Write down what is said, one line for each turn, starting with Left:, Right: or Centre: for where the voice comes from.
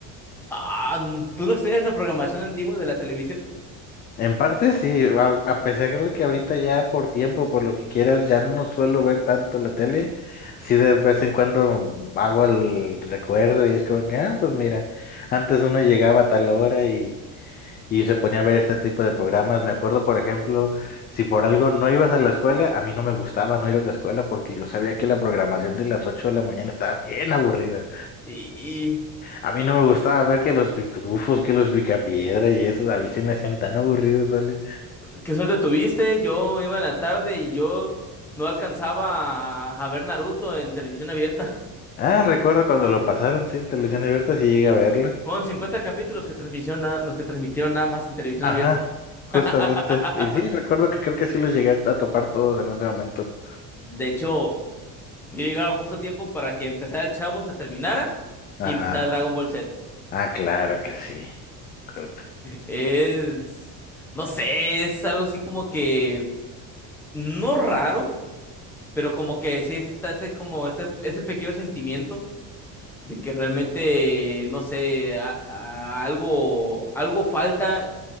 Centre: ah, mm, tú no extrañas la programación antigua de la televisión.
Left: En parte sí, a, a pesar de que ahorita ya por tiempo, por lo que quieras, ya no suelo ver tanto la tele, sí de vez en cuando hago el recuerdo y es como que, ah, pues mira, antes uno llegaba a tal hora y, y se ponía a ver este tipo de programas. Me acuerdo, por ejemplo, si por algo no ibas a la escuela, a mí no me gustaba no ir a la escuela porque yo sabía que la programación de las 8 de la mañana estaba bien aburrida.
Centre: Y, y
Left: A mí no me gustaba ver que los pitufos, que los picapiedra y eso, a mí se me hacían tan aburridos, ¿vale?
Centre: qué suerte tuviste. Yo iba en la tarde y yo no alcanzaba a, a ver Naruto en televisión abierta.
Left: Ah, recuerdo cuando lo pasaron, sí, en televisión abierta, sí llegué a verlo.
Centre: <laughs> Fueron 50 capítulos que transmisión- los que transmitieron nada más en televisión
Left: Ajá,
Centre: abierta.
Left: justamente.
Centre: <laughs>
Left: Y sí, recuerdo que creo que sí los llegué a topar todos en ese momento.
Centre: De hecho, yo llegaba justo a tiempo para que empezara el Chavo, se terminara
Left: Ajá.
Centre: y empezara Dragon Ball Z.
Left: Ah, claro que sí. Corte.
Centre: Es, no sé, es algo así como que no raro, pero como que sí está ese, como este, ese pequeño sentimiento de que realmente, no sé, a- a- algo, algo falta,